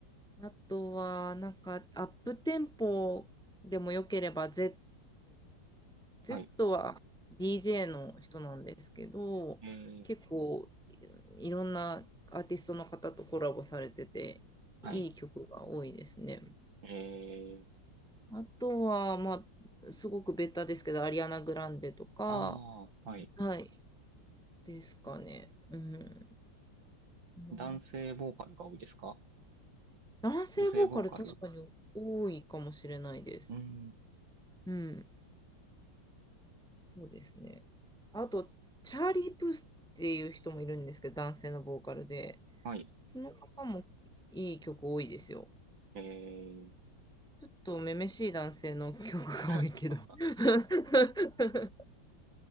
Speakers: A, in the centre; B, on the right (about 85°).
A: あとは、なんか、アップテンポでもよければ Z、Z
B: はい。
A: は DJ の人なんですけど、
B: ええ
A: 結構いろんなアーティストの方とコラボされてて、
B: はい。
A: いい曲が多いですね。
B: え
A: あとは、まあ、すごくベタですけど、アリアナ・グランデとか、
B: ああ、はい。
A: はい、ですかね。うん。まあ
B: 男性ボーカルが多いですか
A: 男性ボーカル確かに多いかもしれないです。
B: 女性ボーカルうん。
A: うん。そうですね。あと、チャーリー・プースっていう人もいるんですけど、男性のボーカルで、
B: はい。
A: その方もいい曲多いですよ。
B: えー、
A: ちょっとめめしい男性の曲が多いけど。
B: <laughs>
A: <laughs>